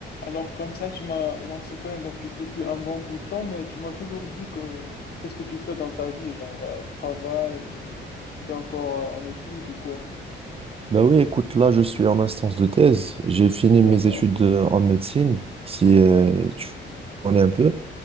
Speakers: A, on the left (about 55°); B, on the right (about 30°).
A: Alors comme ça, tu m'as, genre, se connaît depuis, depuis un bon bout de temps, mais tu m'as toujours dit que qu'est-ce que tu fais dans ta vie, genre euh, travail ou t'es encore euh, en études ou quoi?
B: Bah oui, écoute, là, je suis en instance de thèse. J'ai fini
A: D'accord,
B: mes études euh, en médecine, si euh,
A: ouais,
B: tu connais un peu.